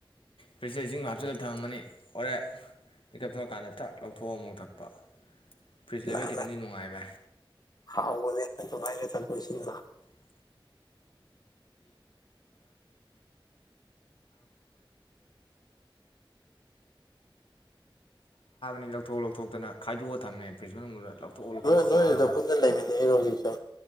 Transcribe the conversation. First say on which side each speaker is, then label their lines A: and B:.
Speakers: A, on the left (about 80°); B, on the left (about 50°).
A: ꯐ꯭ꯔꯤꯁꯇ ꯏꯁꯤꯡ ꯍꯥꯞꯆꯤꯜꯂꯒ ꯊꯅꯝꯃꯅꯤ ꯍꯣꯔꯦꯜ ꯃꯤꯀꯞ ꯊꯣꯔꯛꯑꯀꯥꯟꯗ ꯊꯛ ꯂꯧꯊꯣꯛꯑꯒ ꯑꯃꯨꯛ ꯊꯛꯄ꯫ ꯐ꯭ꯔꯤꯁ
B: ꯅꯍꯥꯟꯅ
A: ꯂꯩꯕꯩ ꯈꯤꯇꯡꯗꯤ ꯅꯨꯡꯉꯥꯏ ꯕꯥꯏ꯫
B: ꯍꯥꯎꯕꯅꯦ ꯑꯗꯨꯃꯥꯏ <unintelligible>
A: <inaudible> ꯂꯧꯊꯣꯛ ꯂꯧꯊꯣꯛꯇꯅ ꯈꯥꯏꯗꯣꯛꯑ ꯊꯝꯃꯦ ꯐ꯭ꯔꯤꯁ ꯃꯅꯨꯛꯗꯨꯗ ꯂꯧꯊꯣꯛꯑ ꯂꯧꯊꯣꯛꯑꯒ
B: ꯅꯣꯏ ꯅꯣꯏꯗꯨꯗ
A: ꯆꯥꯕꯅꯤ꯫
B: ꯄꯨꯟꯅ ꯂꯩꯃꯤꯟꯅꯩꯔꯣ ꯍꯧꯖꯤꯛꯁꯦ